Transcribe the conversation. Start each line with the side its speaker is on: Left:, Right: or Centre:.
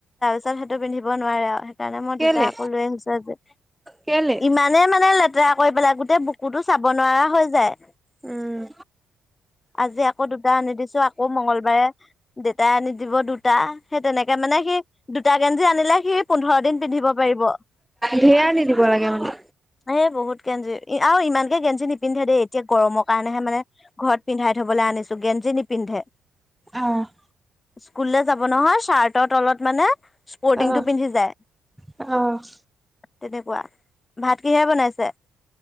Left: তাৰপিছত সেইটো পিন্ধিব নোৱাৰে আৰু। সেইকাৰণে মই দুটা
Centre: কেলে
Left: আকৌ লৈ আনিছোঁ আজি।
Centre: কেলে?
Left: ইমানেই মানে লেতেৰা কৰি পেলাই গোটেই বুকুতো চাব নোৱাৰা হৈ যায়।
Centre: উম।
Left: আজি আকৌ দুটা আনি দিছো আকৌ মংগলবাৰে। দুটা আনি দিব, দুটা। সেই তেনেকে মানে সি দুটা গেঞ্জি আনিলে সি পোন্ধৰ দিন পিন্ধিব পাৰিব।
Centre: ধেৰ আনি দিব লাগে মানে
Left: এ বহুত গেঞ্জী। এ আৰু ইমানকে গেঞ্জী নিপিন্ধে দেই। এতিয়া গৰমৰ কাৰণেহে মানে ঘৰত পিন্ধাই ধুবলৈ আনিছোঁ। গেঞ্জী নিপিন্ধে।
Centre: অ'।
Left: স্কুললৈ যাব নহয়? শ্বাৰ্টৰ তলত মানে স্পৰ্টিংটো
Centre: অ',
Left: পিন্ধি যায়।
Centre: অ'।
Left: তেনেকুৱা। ভাত কিহে বনাইছে?